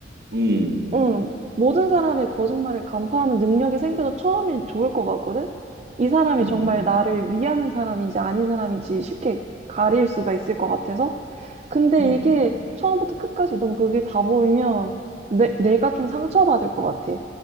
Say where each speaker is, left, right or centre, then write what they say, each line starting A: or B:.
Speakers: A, on the right; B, on the right.
A: 음,
B: 응, 모든 사람의 거짓말을 간파하는 능력이 생겨서 처음엔 좋을 것 같거든? 이 사람이
A: 음,
B: 정말 나를 위하는 사람인지 아닌 사람인지 쉽게 가릴 수가 있을 것 같아서. 근데
A: 음,
B: 이게 처음부터 끝까지 너무 그게 다 보이면 내, 내가 좀 상처받을 것 같아.